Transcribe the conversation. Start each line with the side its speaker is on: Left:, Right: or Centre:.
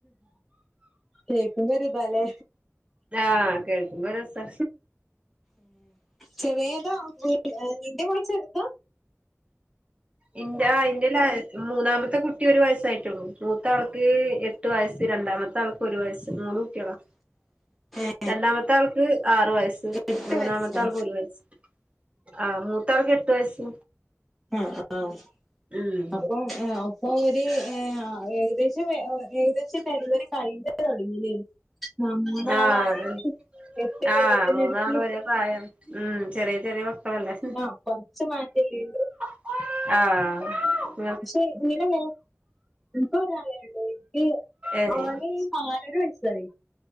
Centre: കേക്ക് ബോര് താലേ
Right: ആഹ് കേൾക്കുമ്പോ രസാ
Centre: ചെറിയതാ നിന്റെ പോലെ ചെറ്ത
Right: ഇന്റെ ആയ്ന്റെ ലെ മൂന്നാമത്തെ കുട്ടി ഒരു വയസ്സായിറ്റൊ ള്ളൂ മൂത്ത ആൾക്ക് എ ട്ട് വയസ് രണ്ടാമത്തെ ആൾക് ഒരു വയസ് മൂന്ന് കുട്യളാ
Centre: എ
Right: രണ്ടാമത്തെ ആൾക്ക് ആറു വയസ്സ്,
Centre: എട്ട്
Right: മൂന്നാമത്തെ
Centre: വയസ്സോ
Right: ആൾക്ക് ഒരു വയസ്സ്. ആഹാ മൂത്താൾക്ക് എട്ട് വയസ്സ്.
Centre: ആഹാ ആഹാ... !
Right: ഉം
Centre: അപ്പോ അപ്പോ ഒര് ഹാ ഏകദേശം, ഏകദേശം ഡെലിവറി കഴിഞ്ഞട്ട് തുടങ്ങിണ്. ആഹ് മൂന്നാളായി
Right: ആഹ് അതന്നെ
Centre: എട്ട് കൊല്ലത്തിനെടക്ക്
Right: ആഹ് മൂന്നാളും ഒരേ പ്രായം ഉം ചെറിയ ചെറിയ മക്കളല്ലേ.
Centre: ആഹാ കൊർച്ച് മാറ്റല്ലെ ഉള്ളൂ.
Right: ആഹാ.. !
Centre: പക്ഷെ ഇങ്ങിനെന്നെ, ഇൻക് ഒരാളെ ഉള്ളുയ്. വ്
Right: ഏഹ്
Centre: ഓന് നാലര വയസ്സായി